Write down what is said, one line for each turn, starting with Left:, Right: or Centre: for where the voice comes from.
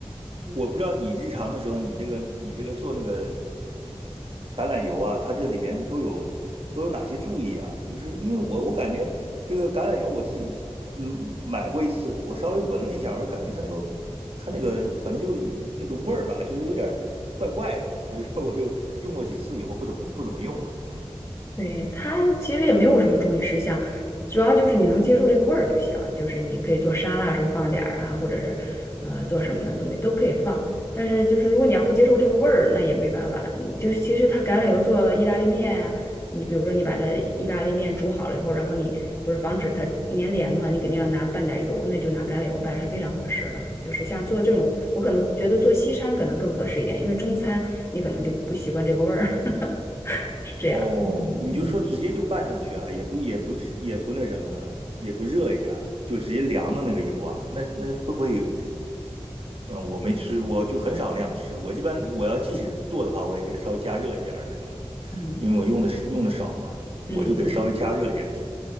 Right: 我不知道你日常的时候，你这个你这个做那个橄榄油啊，它这里边都有都有哪些注意啊？就是因为我我感觉这个橄榄油我自己嗯买过一次，我稍微闻了一下，我就感觉它那个它那个反正就那个味儿吧，就是有点儿怪怪的，所以说我就用过几次以后不怎么不怎么用了，嗯。
Left: 对，它其实也没有什么注意事项，主要就是你能接受这个味儿就行。就是你可以做沙拉的时候放点儿啊，或者是呃做什么东西都可以放。但是就是如果你要不接受这个味儿，那也没办法。嗯就是其实它橄榄油做意大利面啊，你比如说你把它意大利面煮好了以后，然后你不是防止它粘连嘛，你肯定要拿拌点儿油，那就拿橄榄油拌是非常合适的。就是像做这种，我可能觉得做西餐可能更合适一点，因为中餐你可能就不习惯这个味儿，<laughs> 是这样。
Right: 哦，
Left: 嗯嗯，
Right: 你就说直接就拌上去啊，也不也不是也不那什么，也不热一下，就直接凉的那个油啊，那那会不会？嗯，我没吃，我就很少那样吃。我一般我要即使做的话，我也给它稍微加热一点儿那种，
Left: 嗯
Right: 因为我用的是用的少嘛，我就给它稍微加热一点。
Left: 嗯，